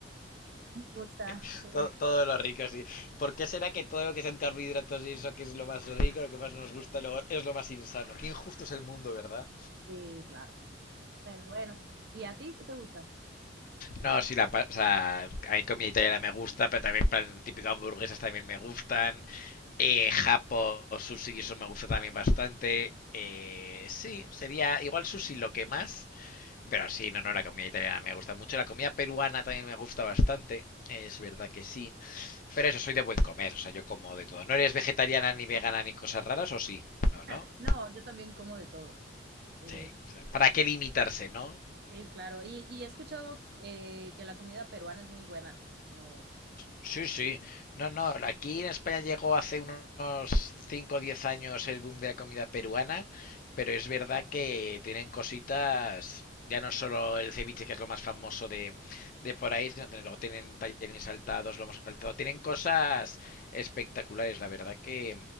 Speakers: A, on the right; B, on the left.
A: Me gusta,
B: <laughs>
A: sí,
B: todo, todo lo rico, sí. ¿Por qué será que todo lo que sean carbohidratos y eso que es lo más rico, lo que más nos gusta, luego es lo más insano? Qué injusto es el mundo, ¿verdad?
A: sí, claro. Pero bueno, ¿y a ti qué te gusta?
B: No, sí, la, pa- o sea, a mí comida italiana me gusta, pero también plan típico hamburguesas también me gustan. Eh, japo, sushi, eso me gusta también bastante. Eh, sí, sería igual sushi lo que más, pero sí, no, no, la comida italiana me gusta mucho. La comida peruana también me gusta bastante, es verdad que sí. Pero
A: Sí.
B: eso, soy de buen comer, o sea, yo como de todo. ¿No eres vegetariana ni vegana ni cosas raras o sí?
A: <laughs>
B: No, no.
A: No, yo también como de todo. Eh,
B: Sí, o sea, ¿para qué limitarse, no?
A: sí, claro. Y, y he escuchado eh, que la comida peruana es muy buena. No.
B: Sí, sí. No, no, aquí en España llegó hace unos 5, o 10 años el boom de la comida peruana, pero es verdad que tienen cositas, ya no solo el ceviche, que es lo más famoso de, de por ahí, sino que luego tienen tallerines saltados, hemos saltado, tienen cosas espectaculares, la verdad que,